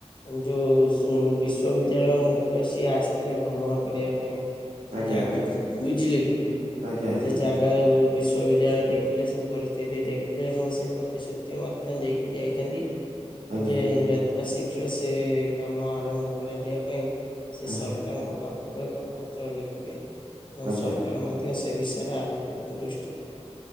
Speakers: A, on the left (about 45°); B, on the right (about 75°).
A: ଯୋଉ ବିଶ୍ଵବିଦ୍ୟାଳୟ ମୁଖ୍ୟ ସିଏ ଆସିଥିଲେ ଭ୍ରମଣ କରିବା ପାଇଁ। ସେ
B: ଆଜ୍ଞା
A: ଜାଗାକୁ ବୁଝିଲେ କି
B: ଆଜ୍ଞା ଆଜ୍ଞା
A: ସେ ଜାଗା ବି ବିଶବିଦ୍ୟାଳୟ ଦେଖିଲେ ସେ ପରିସ୍ଥିତି ଦେଖିଲେ ଏବଂ ସେ ପ୍ରତିଶ୍ରୁତି ମଧ୍ୟ ଦେଇକି ଯାଇଛନ୍ତି।
B: ଆଜ୍ଞା
A: ଯେ ଯଥା ଶୀଘ୍ର ସେ କାମ ଆରମ୍ଭ କରାଯିବା ପାଇଁ। ସେ
B: ଆଜ୍ଞା
A: ସରକାରଙ୍କ ପାଖକୁ ଏକ ପତ୍ର ଲେଖିବେ ଏବଂ
B: ଆଜ୍ଞା
A: ସରକାର ମଧ୍ୟ ସେ ବିଷୟରେ ଆଲ ଦୃଷ୍ଟିି ପ